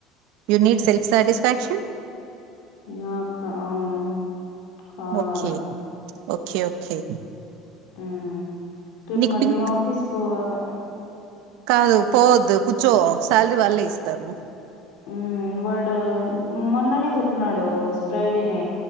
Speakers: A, on the right; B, on the left.
A: you need self satisfaction
B: హా కా అవును కావాలా
A: ఓకే ఓకే ఓకే
B: హ్మ్ ట్రిప్
A: నీకు
B: మళ్ళీ
A: పింక్
B: ఆఫీస్ పోవాలా
A: కాదు పోవద్దు కూర్చో శాలరీ వాళ్ళే ఇస్తారు
B: హ్మ్ వాడు మొన్ననే చెప్నాడు ఫ్రైడే నే